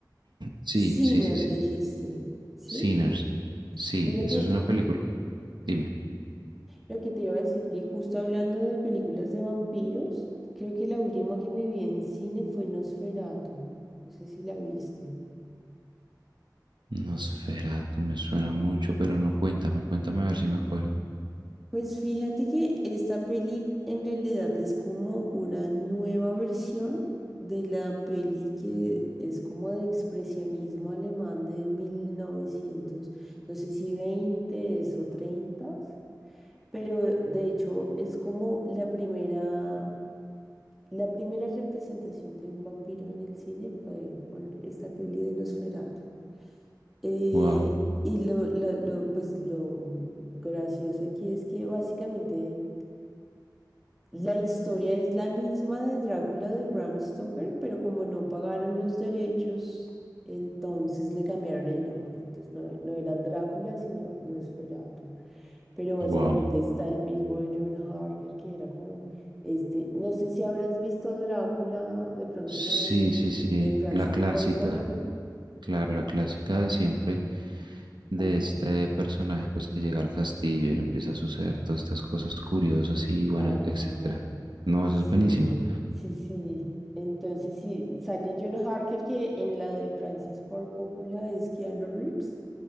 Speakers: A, on the right; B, in the centre.
A: sí,
B: Sinner,
A: sí, sí, sí.
B: dijiste, ¿sí?
A: Sinners. Sí,
B: Mira
A: esa
B: que
A: es una película.
B: ju-
A: Dime.
B: lo que te iba a decir, que justo hablando de películas de vampiros, creo que la última que me vi en cine fue Nosferatu. No sé si la viste.
A: Nosferatu me suena mucho, pero no cuéntame, cuéntame a ver si me acuerdo.
B: Pues fíjate que esta peli en realidad es como una nueva versión de la peli que es como de expresionismo alemán de 1900, no sé si 20 o 30. Pero de hecho es como la primera, la primera representación de un vampiro en el cine fue con esta peli de Nosferatu. Eh,
A: Wow,
B: y lo, lo, lo, pues lo gracioso aquí es que básicamente la historia es la misma de Drácula de Bram Stoker, pero como no pagaron los derechos, entonces le cambiaron el nombre. Entonces no, no era Drácula, sino Nosferatu. Pero básicamente
A: wow.
B: está el mismo John Harker que era como este, no sé si habrás visto Drácula, de pronto
A: Sí,
B: la de,
A: sí, sí,
B: de Francis
A: la clásica,
B: Ford Coppola.
A: claro, la clásica de siempre de
B: Ajá,
A: este personaje pues que llega al castillo y le empieza a suceder todas estas cosas curiosas y bueno,
B: ajá,
A: etcétera. No, eso
B: sí,
A: es buenísimo.
B: sí, sí. Entonces sí, sale John Harker que en la de Francis Ford Coppola es Keanu Reeves.